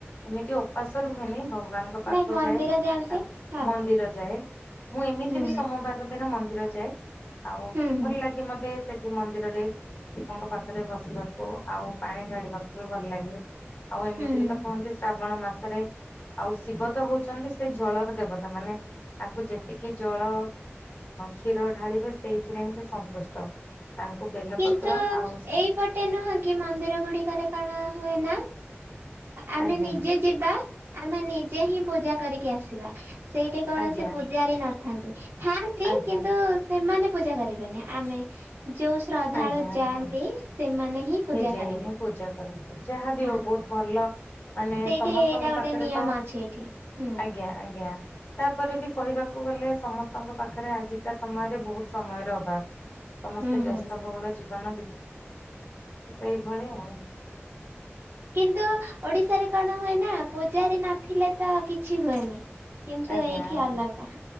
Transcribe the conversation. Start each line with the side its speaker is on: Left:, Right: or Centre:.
Left: ଏମିତି ଓପାସ ରୁହେନି ଭଗବାନ ଙ୍କ ପାଖକୁ
Right: ନାଇଁ ମନ୍ଦିର
Left: ଯାଏ ତା
Right: ଯାଆନ୍ତି ହଁ
Left: ମନ୍ଦିର ଯାଏ। ମୁଁ ଏମିତି
Right: ହୁଁ
Left: ବି ସୋମବାର ଯୋଉ ଦିନ ମନ୍ଦିର ଯାଏ ଆଉ
Right: ହୁଁ ହୁଁ
Left: ଭଲ ଲାଗେ ମତେ ସେଠି ମନ୍ଦିରରେ ଶିବଙ୍କ ପାଖରେ ବସିବାକୁ ଆଉ ପାଣି ଢାଳିବାକୁ ବି ଭଲ ଲାଗେ। ଆଉ ଏମିତି
Right: ହୁଁ।
Left: ବି ତ କହନ୍ତି ଶ୍ରାବଣ ମାସରେ ଆଉ ଶିବ ତ ହୋଉଚନ୍ତି ସେ ଜଳର ଦେବତା ମାନେ ତାଙ୍କୁ ଯେତିକି ଜଳ କ୍ଷୀର ଢ଼ାଳିବେ, ସେଇଥିରେ ସେ ସନ୍ତୁଷ୍ଟ। ତାଙ୍କୁ ବେଲପତ୍ର
Right: କିନ୍ତୁ
Left: ଆଉ
Right: ଏଇପଟେ ନୁହଁ କି, ମନ୍ଦିର ଗୁଡ଼ିକରେ କ'ଣ ହୁଏ ନା ଆମେ
Left: ଆଜ୍ଞା ଆଜ୍ଞା
Right: ନିଜେ ଯିବା, ଆମେ ନିଜେ ହିଁ ପୂଜା କରିକି ଆସିବା। ସେଇଠଟି
Left: ଆଜ୍ଞା
Right: କୌଣସି ପୂଜାରୀ ନଥାନ୍ତି। ଥାନ୍ତି
Left: ଆଜ୍ଞା।
Right: କିନ୍ତୁ ସେମାନେ ପୂଜା କରିବେନି, ଆମେ ଯଉ ଶ୍ରଦ୍ଧାଳୁ
Left: ଆଜ୍ଞା
Right: ଯାଆନ୍ତି
Left: ଆଜ୍ଞା
Right: ସେମାନେ ହିଁ ପୂଜା
Left: ହିଁ
Right: କରିବେ
Left: ପୂଜା କର, ଯାହାବି
Right: ହଁ।
Left: ହଉ ବହୁତ୍ ଭଲ। ମାନେ
Right: ସେଇଠି
Left: ସମସ୍ତଙ୍କ
Right: ଏଇଟା ଗୋଟେ
Left: ପାଖରେ
Right: ନିୟମ
Left: ତ
Right: ଅଛି ଏଇଠି ହୁଁ।
Left: ଆଜ୍ଞା। ଆଜ୍ଞା, ତା'ପରେ ବି କହିବାକୁ ଗଲେ ସମ ଙ୍କ ପାଖରେ ଆଜିକା ସମୟରେ ବହୁତ୍ ସମୟର ଅଭାବ୍, ସମସ୍ତେ
Right: ହୁଁ
Left: ବ୍ୟସ୍ତ
Right: ହୁଁ
Left: ବହୁଳ ଜୀବନ ସେଇ ଭଳି ଆଉ।
Right: କିନ୍ତୁ ଓଡିଶାରେ କ'ଣ ହୁଏ ନା, ପୂଜାରୀ ନଥିଲେ ତ କିଛି ହୁଏନି। କିନ୍ତୁ,
Left: ଆଜ୍ଞା
Right: ଏଇଠି
Left: ଆଜ୍ଞା
Right: ଅଲଗା